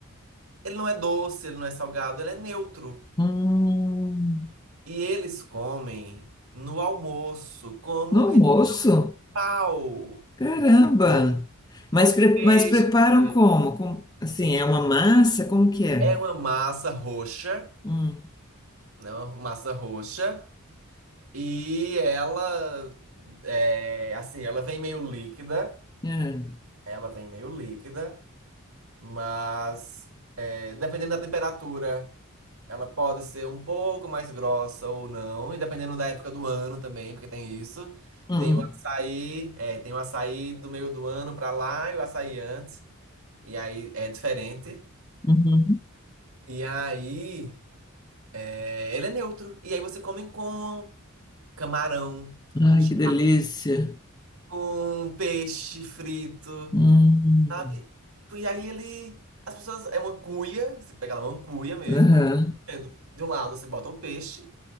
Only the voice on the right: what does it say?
ele não é doce, ele não é salgado, ele é neutro.
E eles comem no almoço como
refeição
principal,
com
peixe.
É uma massa roxa,
né? Uma massa roxa. E ela, é, assim, ela vem meio líquida.
Ela vem meio líquida, mas É, Dependendo da temperatura, ela pode ser um pouco mais grossa ou não, e dependendo da época do ano também, porque tem isso.
Tem o açaí, é, tem o açaí do meio do ano pra lá e o açaí antes, e aí é diferente.
E aí, é, ele é neutro. E aí você come com camarão,
com, ch-
com peixe frito,
sabe? E aí ele, as pessoas, é uma cuia, você pega lá uma cuia mesmo,
e vai comendo. de um lado você bota o peixe,